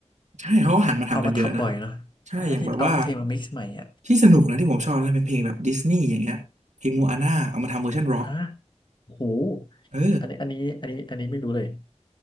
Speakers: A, on the right (about 75°); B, on the left (about 40°).
A: ใช่เขาหันมาทำกันเยอะนะ
B: เอามาทำบ่อยเนาะอ่าที่เอาเพลงมา
A: ใช่อย่างแบบว่า
B: mix ใหม่อ่ะ
A: ที่สนุกนะที่ผมชอบนะเป็นเพลงแบบดิสนีย์อย่างเงี้ยเพลงมูอาน่าเอามาทำเวอร์ชันร็อก
B: ฮะโอ้โห
A: เออ
B: อันนี้อันนี้อันนี้อันนี้ไม่รู้เลย